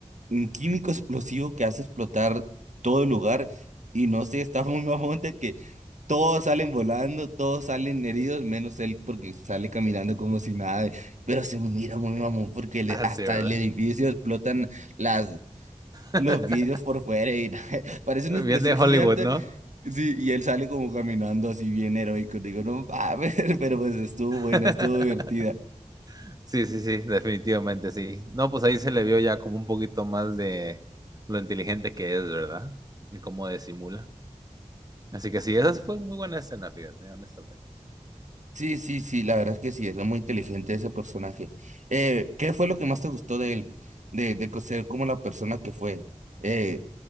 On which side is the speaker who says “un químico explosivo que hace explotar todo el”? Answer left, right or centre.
Right